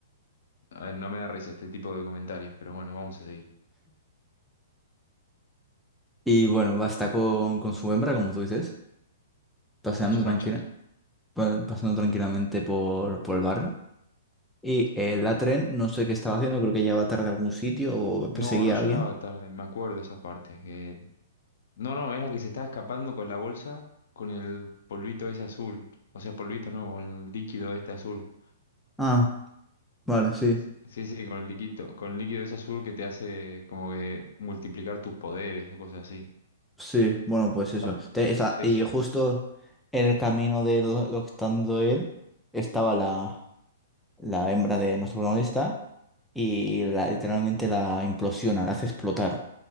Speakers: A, on the left; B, in the centre.
A: A ver, no me da risa este tipo de comentarios, pero bueno, vamos a seguir
B: Y bueno, va a estar con, con su hembra, como tú dices, paseando
A: con su macha.
B: tranquila, pa- pasando tranquilamente por, por el barrio. Y eh, la tren, no sé qué estaba haciendo, creo que llegaba tarde a algún sitio o
A: No,
B: perseguía
A: no llegaba
B: a alguien.
A: tarde, me acuerdo esa parte, que No, no, es la que se estaba escapando con la bolsa, con el polvito ese azul. O sea, polvito no, con el líquido este azul.
B: Ah, vale, sí.
A: Sí, sí, sí, con el líquido, con el líquido ese azul que te hace como que multiplicar tus poderes o cosas así.
B: Sí, bueno, pues
A: Va-
B: eso. Te- esa-
A: Sí,
B: y
A: sí.
B: justo en el camino de do- lo que está dando él estaba la, la hembra de nuestro protagonista y la- literalmente la implosiona, la hace explotar.